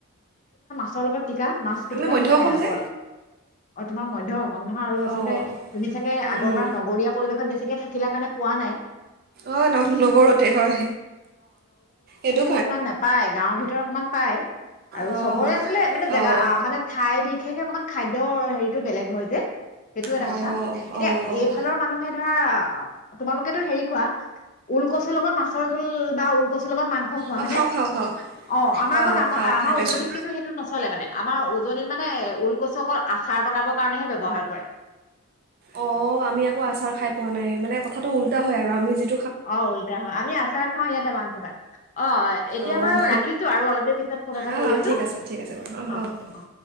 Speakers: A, on the left; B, on the right.
A: <unintelligible> ৰ লগত পিটিকা, মাছ পিটিকা
B: আমি মধ্য
A: থাকে
B: অসম
A: নে নাই? <unintelligible>
B: যে
A: অ, তোমাৰ মধ্য <unintelligible> নহয় আৰু আচলতে,
B: অঁ
A: তুমি ছাগে
B: উম।
A: আগৰ পৰা নগৰীয়া পৰিৱেশত বেছিকৈ থা ছিলা কাৰণে পোৱা নাই।
B: অ', ন, নগৰতে হয়। এইটো
A: এ, সেইটো ইমান নাপায়। গাঁৱত ভিতৰত অকণমান পায়। আৰু
B: অঁ
A: চবৰে আছিলে? মানে জেগা,
B: অঁ
A: আ আ, মানে ঠাই বিশেষকে, অকমান খাদ্যৰ হেৰিটো বেলেগ হয় যে, সেইটোও এটা
B: অঁ
A: কথা। এতিয়া
B: অঁ অঁ
A: এইফালৰ মানুহে ধৰা অ'। তোমালোকেটো হেৰি খোৱা, ওলকচুৰ লগত মাছৰ জোল বা ওলকচুৰ লগত মাং খোৱা
B: অঁ
A: হয়নে?
B: খাওঁ খাওঁ খাওঁ
A: অ', আমাৰ
B: অঁ
A: আকৌ <unintelligible>
B: খাওঁ
A: আ, আমাৰ
B: খাই পাইছোঁ
A: উজনিত কিন্তু সেইটো নচলে মানে আমাৰ উজনিত, মানে ওলকচু অকল আচাৰ বনাবৰ কাৰণেহে ব্যৱহাৰ কৰে।
B: অ', আমি আকৌ আচাৰ খাই পোৱা নাই। মানে কথাটো উল্টা হয় আৰু আমি যি
A: অ উল্টা হয় আমি আচাৰ খাওঁ ইয়াতে এ মাংস ভাত। অহ এতিয়া
B: অঁ
A: বাৰু ৰাখিছোঁ আৰু অলপ দেৰি পিছত ফোন এটা
B: অঁ
A: কৰি
B: অঁ
A: আছোঁ
B: ঠিক আছে ঠিক আছে বাৰু অঁ
A: অ
B: অঁ অঁ
A: অ।